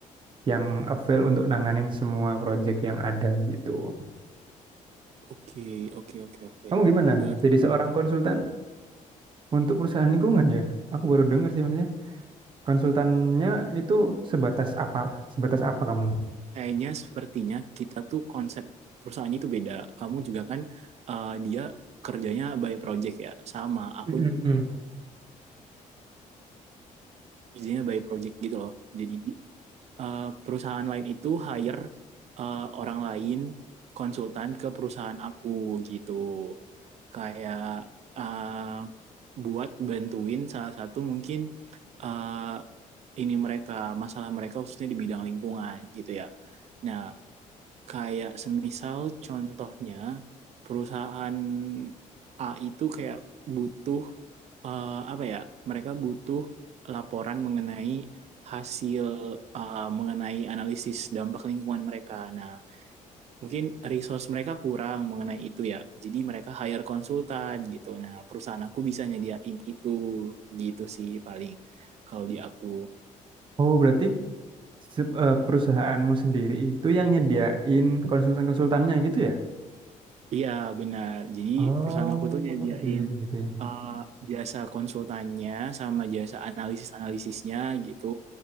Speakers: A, on the right; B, on the right.
A: yang avail untuk nanganin semua project yang ada gitu.
B: oke oke oke oke
A: Kamu gimana?
B: berarti
A: Jadi seorang konsultan untuk perusahaan lingkungan ya? Aku baru dengar sih maksudnya. Konsultannya itu sebatas apa? Sebatas apa kamu?
B: kayaknya sepertinya kita tuh konsep perusahaannya itu beda kamu juga kan eh, dia kerjanya by project ya sama aku
A: Mm-mm.
B: kerjanya by project gitu loh jadi eh, perusahaan lain itu hire eh, orang lain konsultan ke perusahaan aku gitu. Kayak eh, buat bantuin salah satu mungkin eh, ini mereka masalah mereka khususnya di bidang lingkungan gitu ya. Nah, Kayak semisal contohnya perusahaan A itu kayak butuh eh, apa ya? Mereka butuh laporan mengenai hasil eh, mengenai analisis dampak lingkungan mereka. Nah, mungkin resource mereka kurang mengenai itu ya. Jadi mereka hire konsultan gitu. Nah, perusahaan aku bisa nyediain itu gitu sih paling kalau di aku.
A: Oh, berarti se- eh, perusahaanmu sendiri itu yang nyediain konsultan-konsultannya gitu ya?
B: Iya benar. Jadi
A: Oh,
B: perusahaan aku tuh nyediain
A: gitu. gitu.
B: eh, jasa konsultannya sama jasa analisis-analisisnya gitu.